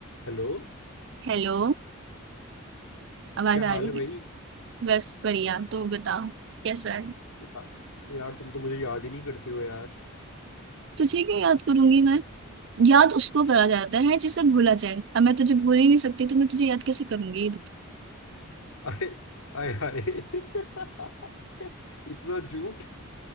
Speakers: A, on the left; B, on the right.
A: Hello
B: Hello आवाज
A: क्या
B: आ
A: हाल
B: रही
A: है भाई
B: है बस बढ़िया तू बता कैसा है
A: यार यार, तुम तो मुझे याद ही नहीं करते हो यार
B: तुझे क्यों याद करूंगी मैं याद उसको करा जाता है जिसे भूला जाए अब मैं तुझे भूल ही नहीं सकती तो मैं तुझे याद कैसे करूंगी ये बता
A: आए आए हाय <laughs> इतना झूठ